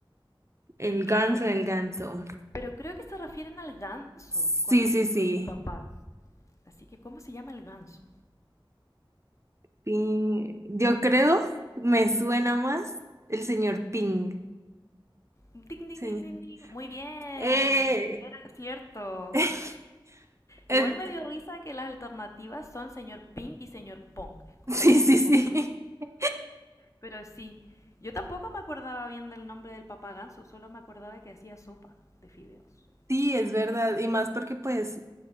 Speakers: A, on the right (about 30°); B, on the left (about 35°).
A: el
B: Claro,
A: ganso, el ganso.
B: pero creo que se refieren al ganso
A: Sí,
B: con,
A: sí, sí.
B: con el papá. Así que, ¿cómo se llama el ganso?
A: Ping. Yo creo me suena más el señor Ping.
B: Ding, ding,
A: Señor.
B: ding, ding, ding. Muy bien,
A: ¡Eh!
B: era cierto.
A: <laughs> Es-
B: Igual me dio risa que las alternativas son señor Ping y señor Pong. Es como
A: sí,
B: Ping
A: sí, sí.
B: Pong.
A: <laughs>
B: Pero sí, yo tampoco me acordaba bien del nombre del papá ganso, solo me acordaba que hacía sopa de fideos.
A: Sí, es verdad. Y más porque pues